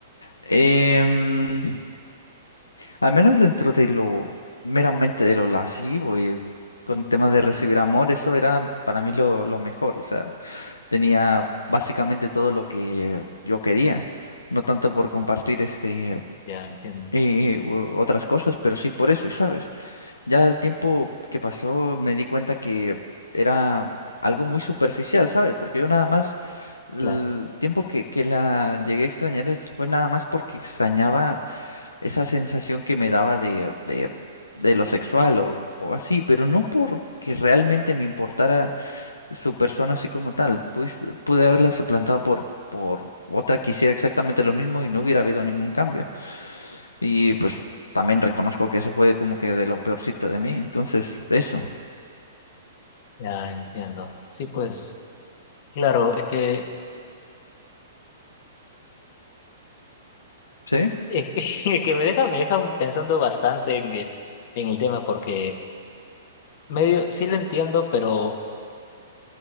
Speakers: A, on the left; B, on the left.
A: Em, al menos dentro de lo meramente de lo lascivo y con temas de recibir amor, eso era para mí lo, lo mejor. O sea, tenía básicamente todo lo que yo quería. No tanto por compartir este
B: Ya entiendo,
A: y otras cosas, pero sí por eso, y sabes. Ya el tiempo que pasó me di cuenta que era algo muy superficial, ¿sabes? Porque yo nada más, el
B: claro,
A: tiempo que, que la llegué a extrañar es- fue nada más porque extrañaba esa sensación que me daba de, de, de lo sexual o, o así, pero no porque realmente me importara su persona así como tal. Pues, pude haberla suplantado por, por otra que hiciera exactamente lo mismo y no hubiera habido ningún cambio. Y pues también reconozco que eso fue como que de lo peorcito de mí. Entonces, eso.
B: ya entiendo. Sí, pues, claro, es que,
A: Sí,
B: es <laughs> que que me deja, me deja pensando bastante en el, en el tema porque medio, sí lo entiendo, pero,